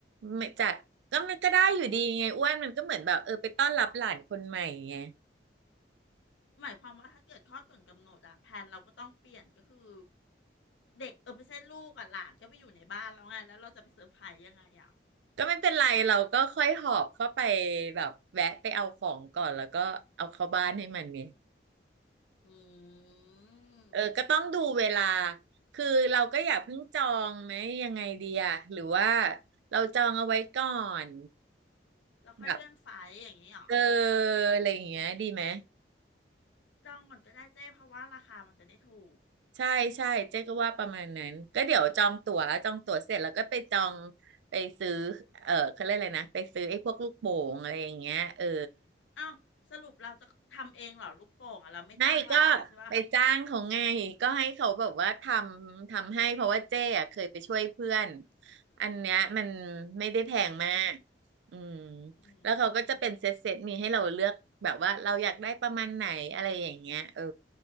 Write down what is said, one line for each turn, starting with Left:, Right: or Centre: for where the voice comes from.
Right: ไม่จากก็มันก็ได้อยู่ดีไงอ้วนมันก็เหมือนแบบเออไปต้อนรับหลานคนใหม่ไง
Left: หมายความว่าถ้าเกิดคลอดก่อนกำหนดอะแผนเราก็ต้องเปลี่ยนก็คือเด็กเออไม่ใช่ลูกอะหลานก็ไปอยู่ในบ้านแล้วไงแล้วเราจะไปเซอร์ไพรส์ยังไงอะ
Right: ก็ไม่เป็นไรเราก็ค่อยหอบเข้าไปแบบแวะไปเอาของก่อนแล้วก็เอาเข้าบ้านให้มันเนี่ย
Left: อืม
Right: เออก็ต้องดูเวลา
Left: ก็จะ
Right: คือเราก็อย่าเพิ่งจองไหมยังไงดีอะหรือว่าเราจองเอาไว้ก่อน
Left: แล้วค่อยเลื่อนไฟล์อย่างนี้เหรอ
Right: แบบเออ
Left: ถ้า
Right: อะไรอย่างเงี้ยดีไหม
Left: จองก่อนก็ได้เจ๊เพราะว่าราคามันจะได้ถูก
Right: ใช่ใช่เจ๊ก็ว่าประมาณนั้น ก็เดี๋ยวจองตั๋วจองตั๋วเสร็จแล้วก็ไปจองไปซื้อเออเขาเรียกอะไรนะไปซื้อไอ้พวกลูกโป่งอะไรอย่างเงี้ยเออ
Left: อ้าวสรุปเราจะทำเองเหรอลูกโป่งอะเราไม่จ้างร้านแล้วใช่ปะ
Right: ไม่ก็ไปจ้างเขาไงก็ให้เขาแบบว่าทำทำให้เพราะว่าเจ้อะเคยไปช่วยเพื่อนอันเนี้ยมันไม่ได้แพงมากอืม
Left: อื
Right: แล้วเขาก็จะเป็นเซตเซตมีให้เราเลือกแบบว่าเราอยากได้ประมาณไหนอะไรอย่างเงี้ยเออ
Left: ม